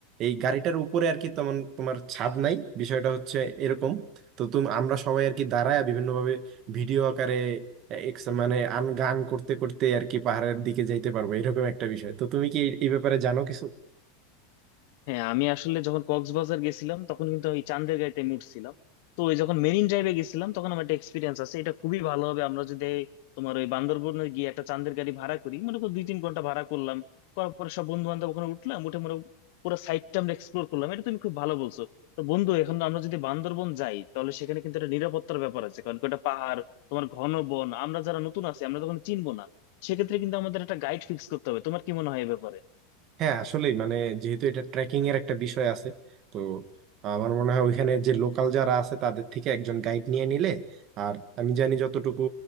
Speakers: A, on the right; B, on the left.
A: এই গাড়িটার উপরে আর কি তেমন তোমার ছাদ নাই বিষয়টা হচ্ছে এরকম তো তুমি আমরা সবাই আর কি দাঁড়ায় বিভিন্নভাবে ভিডিও আকারে এক্স মানে আন গান করতে করতে আর কি পাহাড়ের দিকে যাইতে পারবো এরকম একটা বিষয় তো তুমি কি এই এই ব্যাপারে জানো কিছু
B: হ্যাঁ আমি আসলে যখন কক্সবাজার গেছিলাম তখন কিন্তু ওই চান্দের গাঁইতে মুড়ছিলাম তো ওই যখন মেরিন ড্রাইভে গেছিলাম তখন আমার একটা এক্সপিরিয়েন্স আছে এটা খুবই ভালো হবে আমরা যদি তোমার ওই বান্দরবনে গিয়ে একটা চান্দের গাড়ি ভাড়া করি মনে করো দুই তিন ঘন্টা ভাড়া করলাম করার পরে সব বন্ধু বান্ধব ওখানে উঠলাম উঠে মনে করো পুরো সাইডটা আমরা এক্সপ্লোর করলাম এটা তুমি খুব ভালো বলছো তো বন্ধু এখন আমরা যদি বান্দরবন যাই তাহলে সেখানে কিন্তু একটা নিরাপত্তার ব্যাপার আছে কারণ কি ওটা পাহাড় তোমার ঘন বন আমরা যারা নতুন আছি আমরা তখন চিনবো না সেক্ষেত্রে কিন্তু আমাদের একটা গাইড ফিক্স করতে হবে তোমার কি মনে হয় এ ব্যাপারে
A: হ্যাঁ আসলেই মানে যেহেতু এটা ট্রেকিং এর একটা বিষয় আছে তো আমার মনে হয় ওইখানে যে লোকাল যারা আছে তাদের থেকে একজন গাইড নিয়ে নিলে আর আমি জানি যতটুকু